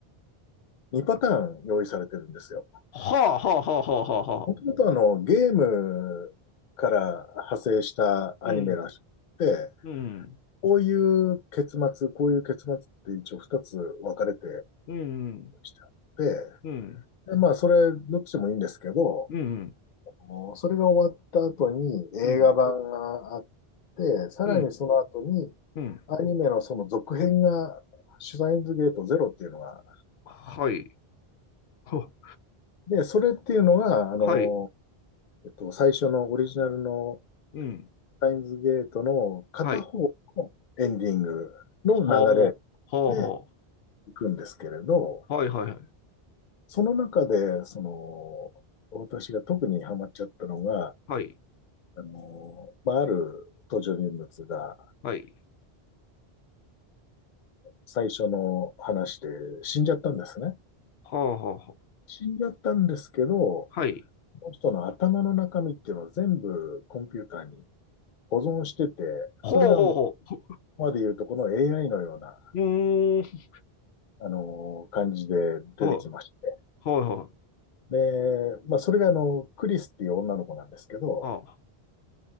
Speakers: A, on the left (about 60°); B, on the left (about 80°).
A: 2パターン用意されてるんですよ。
B: はあはあはあはあはあはあ。
A: もともとあの、ゲームから派生したアニメらしくて、
B: うん。うん。
A: こういう結末、こういう結末って一応二つ分かれて
B: うん。
A: きてあって、
B: うん。
A: でまあ、それ、どっちでもいいんですけど、
B: うん。
A: もうそれが終わった後に映画版があっ
B: うん。
A: て、さらにその後に
B: うん。うん。
A: アニメのその続編が、シュタインズゲートゼロっていうのが、
B: はい。ほ
A: で、それっていうのが、あの、
B: はい。
A: えっと、最初のオリジナルの
B: うん。
A: タインズゲートの片方のエンディングの流れ
B: はい。はあ。はあは
A: で行くんですけれど、
B: あ。はいはいはい。
A: その中で、その、私が特にハマっちゃったのが、
B: はい。
A: あの、まあ、ある登場人物が、
B: はい。
A: 最初の話で死んじゃったんですね。
B: はあ、はあ、は
A: 死んじゃったんですけど、
B: あ。はい。
A: その人の頭の中身っていうのを全部コンピューターに保存してて、
B: ほうほうほ
A: それがもう、ここまで言うとこの AI のような、
B: う。うーん。
A: あの、感じで出てきまして、
B: ほうほうほう、
A: で、まあ、それがあの、クリスっていう女の子なんですけど、
B: ああ。